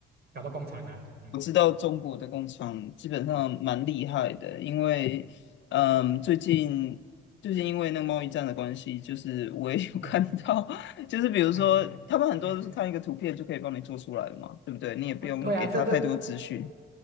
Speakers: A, on the right; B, on the left.
A: 找到工厂了。嗯，
B: 我知道中国的工厂基本上蛮厉害的，因为嗯，
A: 哎，
B: 最近最近因为那个贸易战的关系，就是我也有 <laughs> 看到，
A: 对，
B: <laughs> 就是比如说他们很多都是看一个图片就可以帮你做出来了嘛，
A: 哎，哎，
B: 对不对？你也不用给他太多资讯。
A: 哦，对啊，这这